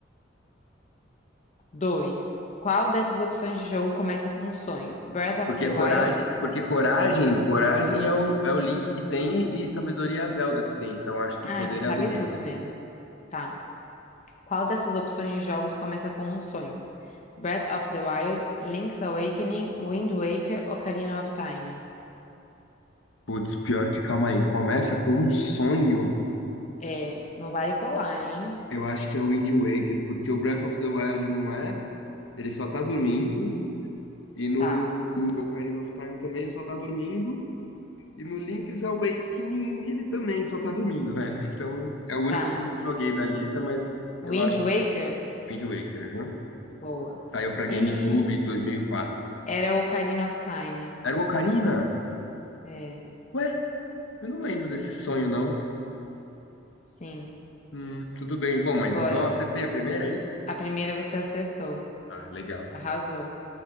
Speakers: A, on the left; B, on the left.
A: Dois. Qual dessas opções de jogo começa com um sonho? Breath of
B: Porque
A: the
B: coragem,
A: Wild,
B: porque coragem, coragem é o, é o Link que tem e sabedoria é a Zelda que tem. Então acho que poder
A: Ai, você sabe
B: é a do Ganon.
A: tudo mesmo. Tá. Qual dessas opções de jogos começa com um sonho? Breath of the Wild, Link's Awakening, Wind Waker, Ocarina of Time.
B: Putz, pior que calma aí. Começa com um sonho.
A: É, não vale colar, hein?
B: Eu acho que é o Wind Waker, porque o Breath of the Wild não é. Ele só tá dormindo. E no
A: Tá,
B: Ocarina of Time também ele só tá dormindo. E no Link's Awakening ele também só tá dormindo, velho. Então é o único
A: tá.
B: que eu não joguei da lista, mas
A: Wind
B: eu acho
A: Waker?
B: que é o Wind Waker. aham.
A: Boa.
B: Saiu pra GameCube
A: E
B: em 2004.
A: era Ocarina of Time.
B: Era o Ocarina?
A: É,
B: Ué, eu não lembro desse sonho, não.
A: sim.
B: Hum, tudo bem. Bom, mas
A: Agora,
B: então eu acertei a primeira, é isso?
A: a primeira você acertou.
B: Ah, legal.
A: Arrasou.